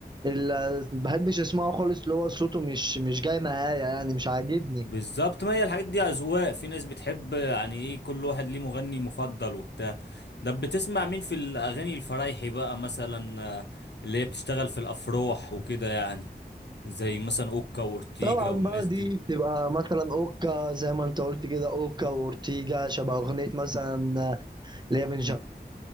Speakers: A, on the right (about 25°); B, on the left (about 80°).
A: ال... بحبش اسمعه خالص اللي هو صوته مش مش جاي معايا يعني مش عاجبني
B: بالظبط ما هي الحاجات دي اذواق في ناس بتحب يعني ايه كل واحد ليه مغني مفضل وبتاع ده بتسمع مين في الاغاني الفرايحي بقى مثلا آه، اللي هي بتشتغل في الافراح وكده يعني زي مثلا اوكا واورتيجا
A: طبعا
B: والناس
A: بقى دي
B: دي
A: بتبقى مثلا اوكا زي ما انت قلت كده اوكا واورتيجا شبه اغنية مثلا اللي هي بنشغلها